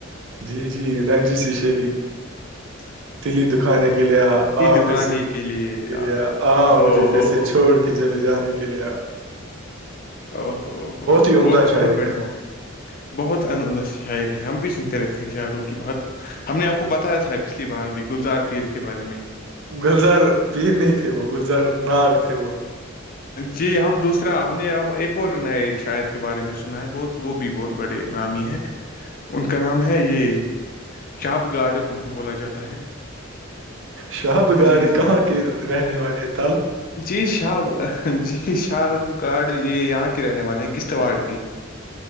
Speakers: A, on the right (about 65°); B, on the left (about 45°).
A: جی جی رنجی سیشے ہی
B: ج <inaudible>
A: تلی دکھانے کے لے آ
B: دکانے
A: پھر سے
B: کے لیے او
A: لے آ مجھے
B: ہو
A: پھر سے
B: ہو
A: چھوڑ کے چلے جانے کے لے
B: او ہو
A: ہی عمدہ
B: بہت
A: شاعر
B: بہت بڑھیا
A: ہے وہ
B: بہتد شاعر ہے ہم بھی سنتے رہتے ہیں شاہروں کی بات ہم نے آپ کو بتایا تھا پچھلی بار بھی گلزار پیر کے بارے میں
A: گلزر پیر نہیں تھے وہ گلزر ناگ تھے وہ
B: جی ہم دوسرا ہم نے اب ایک اور نئے شاعر کے بارے میں سنا ہے بہت وہ بھی بہت بڑے نامی ہیں ان کا نام ہے یہ شاپ گارڈ ان کو بولا جاتا ہے <inaudible>
A: شہب گارڈ
B: جی جی
A: کہاں کے رہنے والے تھ <inaudible>
B: جی شاہ جی شاہ گاڈ یہ یہاں کے رہنے والے ہیں کشتواڑ کے <inaudible>